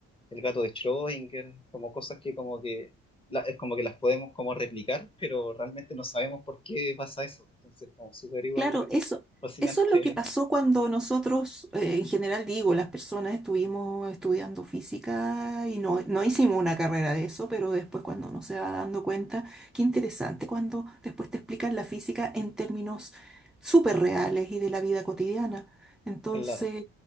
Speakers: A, on the left (about 20°); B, in the centre.
A: el gato de Schrödinger, como cosas que como que, la- es como que las podemos como replicar, pero realmente no sabemos por qué pasa eso. Entonces, como súper igual
B: Claro, eso,
A: fascinante,
B: eso es lo que pasó cuando nosotros, eh, en general digo, las personas estuvimos estudiando física y no, no hicimos una carrera de eso, pero después cuando uno se va dando cuenta, qué interesante cuando después te explican la física en términos súper reales y de la vida cotidiana. Entonces,
A: claro.